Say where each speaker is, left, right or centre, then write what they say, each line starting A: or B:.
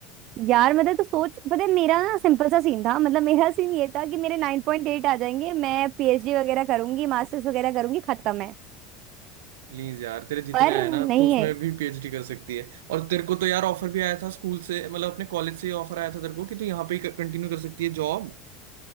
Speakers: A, on the right; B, on the right.
A: यार मतलब तो सोच पता है मेरा ना सिंपल सा सीन था मतलब मेरा सीन ये था कि मेरे नाइन पॉइंट एट आ जाएंगे मैं पीएचडी वगैरह करूंगी मास्टर्स वगैरह करूंगी खत्म है
B: प्लीज यार तेरे जितने
A: पर
B: आए ना
A: नहीं
B: तो उसमें
A: है
B: भी पीएचडी कर सकती है और तेरे को तो यार ऑफर भी आया था स्कूल से मतलब अपने कॉलेज से ऑफर आया था तेरे को कि तू यहाँ पे ही कंटिन्यू कर सकती है जॉब